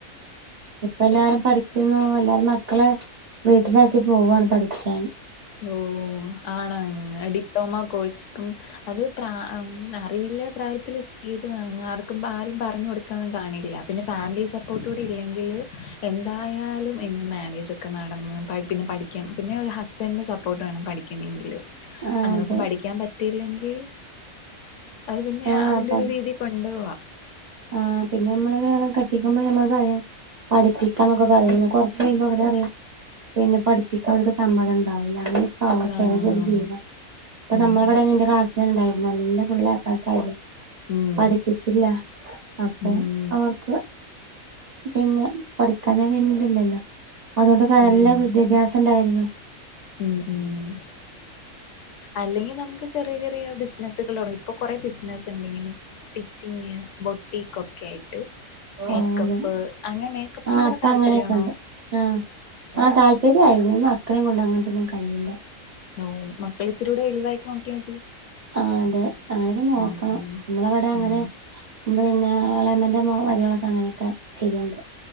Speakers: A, on the right; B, on the left.
A: ഇപ്പ എല്ലാരും പഠി- രുന്നു എല്ലാരും മക്കളെ വീട്ടിലാക്കി പോവുവയാണ് പഠിക്കാൻ
B: ഓ ആണ് ആണ് ഡിപ്ലോമ കോഴ്സ് ഉം അത് പ്ര അറിവില്ല പ്രായത്തില് ചെയ്തതാണ് ആർക്കും ആരും പറഞ്ഞ് കൊടുക്കാനോന്നും കാണില്ല പിന്നെ ഫാമിലി സപ്പോർട്ട് കൂടി ഇല്ലെങ്കില് - എന്തായാലും എന്റെ മാരേജ് ഒക്കെ നടന്ന് പിന്നെ പഠിക്കൻ പിന്നെ ഹസ്ബ- ബന്റ് സപ്പോർട്ട് വേണം പഠിക്കണമെങ്കില്
A: ആ
B: അങ്ങനെയൊക്കെ
A: അതെ
B: പഠിക്കാൻ പറ്റ- കിട്ടയില്ലെങ്കിൽ- അത് പിന്നെ
A: ആ
B: അതിന്റെ
A: പറ
B: ഒരു രീതി കൊണ്ടു പോവാ
A: ആ പിന്നെ നമ്മള് വേറെ കെട്ടിക്കുമ്പോ നമ്മൾക്കറിയാം പഠിപ്പിക്കാ എന്നൊക്കെ പറയുന്ന കൊറച്ച് കഴിയുമ്പോ അവര് പറയും പിന്നെ പഠിപ്പിക്കാനൊന്നും അവർക്ക് സമ്മതം ഉണ്ടാവൂല്ല അ ഓ
B: ആഹ്
A: ചെലരുടെയൊക്കെ ജീവിതം അപ്പ
B: ഉം
A: നമ്മളെവിടെ എന്റെ ക്ലാസ്സിൽ തന്നെ ഉണ്ടായി നല്ല ഫുൾ എ പ്ലസ്സായിരുന്നു
B: ഉം
A: പഠിപ്പിച്ചില്ല അപ്പൊ
B: ഉം
A: അവർക്ക് പിന്നെ പഠിക്കാൻ ഞാൻ വീണ്ട്ല്ലല്ലോ അതുകൊണ്ടൊക്കെ
B: ഉം ഉം
A: എല്ലാ വിദ്യാഭ്യാസം ണ്ടായിരുന്നു
B: ഉം ഉം അല്ലെങ്കിൽ നമുക്ക് ചെറിയ ചെറിയ ബിസിനസുകളുതുടങ്ങി ഇപ്പൊ കൊറെ ബിസിനസ്സ് ഒണ്ട് ഇങ്ങനെ സ്റ്റിച്ചിങ് ബൊട്ടിക്ക് ഒക്കെ ആയിട്ട് മേക്കപ്പ്
A: ആ അതെ
B: അങ്ങനെ മേക്കപ്പിനോടൊക്കെ
A: ആ അപ്പൊ
B: താല്പര്യമാണോ
A: അങ്ങനെയൊക്കെ ഉണ്ട് ആ ആ താല്പര്യായിരുന്നു ഈ മക്കളേയും കൊണ്ട് അങ്ങനത്തൊന്നും കഴിയില്ല
B: ഓ മക്കള് ഇത്തിരി കൂടെ വലുതായിട്ട് നോക്കിയാ മതി
A: ആ അതെ അങ്ങനെയൊക്കെ നോക്കണം
B: ഉം ഉം
A: നമ്മളവിടെ അങ്ങനെ
B: ഉം
A: പിന്നെ ഇളയണ്ണന്റ മരുമോളൊക്കെ അങ്ങനെയൊക്കെ ചെയ്യണ്ട്